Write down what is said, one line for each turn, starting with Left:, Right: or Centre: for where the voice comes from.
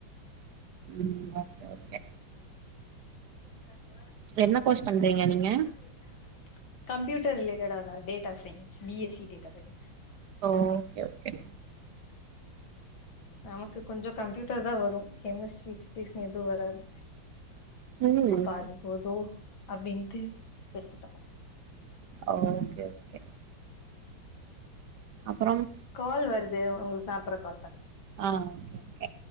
Right: உம் ஓகே ஓகே
Left: கொண்டு வந்தாங்க
Right: என்ன கோர்ஸ் பண்றீங்க
Left: ஸ்றிங்
Right: நீங்க
Left: அண்டு கம்ப்யூட்டர் ரிலேட்டடா தான் data science BSc data science
Right: ஓ ஓகே ஓகே
Left: நமக்கு கொஞ்சம் கம்ப்யூட்டர் தான் வரும் கெமிஸ்ட்ரி பிசிக்ஸ் எதுவு வராது
Right: ம்
Left: அப்ப அது போதும் அப்டின்ட்டு எடுத்துட்டோம்
Right: ஓகே ஓகே அப்புறம்
Left: கால் வருது உங்களுக்கு நா அப்புற கால் பன்ற
Right: ஆஹ் ஓகே ஓகே